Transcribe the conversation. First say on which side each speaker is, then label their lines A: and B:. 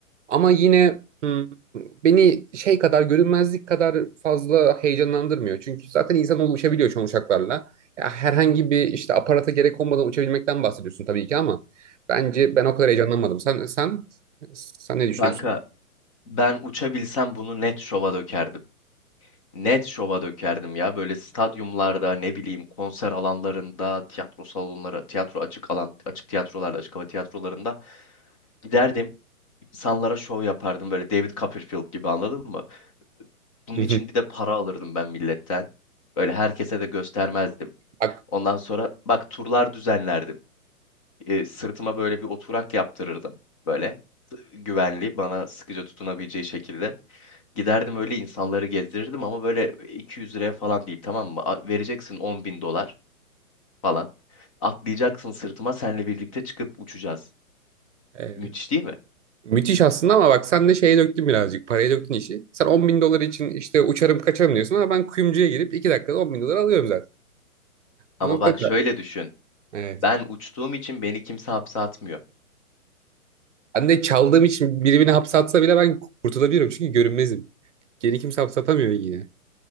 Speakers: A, on the right; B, on the left.
A: Ama yine hmm, beni şey kadar görünmezlik kadar fazla heyecanlandırmıyor. Çünkü zaten insanoğlu uçabiliyor şu an uçaklarla. Ya herhangi bir işte aparata gerek olmadan uçabilmekten bahsediyorsun tabii ki ama bence ben o kadar heyecanlanmadım. Sen sen sen ne düşünüyorsun?
B: Kanka ben uçabilsem bunu net şova dökerdim. Net şova dökerdim ya. Böyle stadyumlarda ne bileyim konser alanlarında, tiyatro salonları, tiyatro açık alan, açık tiyatrolarda, açık hava tiyatrolarında giderdim. insanlara şov yapardım böyle David Copperfield gibi anladın mı? Bunun
A: Hı
B: için
A: hı.
B: bir de para alırdım ben milletten. Böyle herkese de göstermezdim.
A: Bak
B: Ondan sonra bak turlar düzenlerdim. Ee, sırtıma böyle bir oturak yaptırırdım. Böyle güvenli bana sıkıca tutunabileceği şekilde. Giderdim öyle insanları gezdirirdim ama böyle 200 liraya falan değil tamam mı? A- Vereceksin 10 bin dolar falan. Atlayacaksın sırtıma senle birlikte çıkıp uçacağız.
A: e,
B: Müthiş değil mi?
A: müthiş aslında ama bak sen de şeye döktün birazcık paraya döktün işi. Sen on bin dolar için işte uçarım kaçarım diyorsun ama ben kuyumcuya girip 2 dakikada on bin dolar alıyorum Bu
B: Ama
A: noktada
B: bak şöyle düşün.
A: evet.
B: Ben uçtuğum için beni kimse hapse atmıyor.
A: Anne çaldığım için biri beni hapse atsa bile ben kurtulabilirim çünkü görünmezim. Geri kimse hapse atamıyor yine.